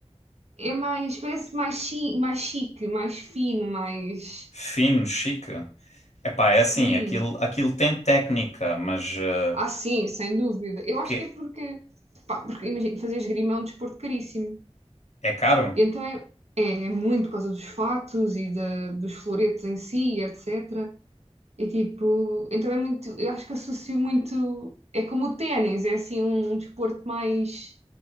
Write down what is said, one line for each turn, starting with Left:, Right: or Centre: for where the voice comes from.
Right: É mais. Parece mais, chique mais chique, mais fino, mais.
Left: Fino, chique. Epá, é
Right: Sim.
Left: assim, aquilo, aquilo tem técnica, mas eh,
Right: Ah, sim, sem dúvida. Eu acho
Left: que
Right: que é porque. Pá, porque imagina, fazer esgrima é um desporto caríssimo.
Left: é caro?
Right: E então é, é, é muito por causa dos fatos e da, dos floretes em si, etc. E tipo, então é muito. Eu acho que associo muito. É como o ténis, é assim um, um desporto mais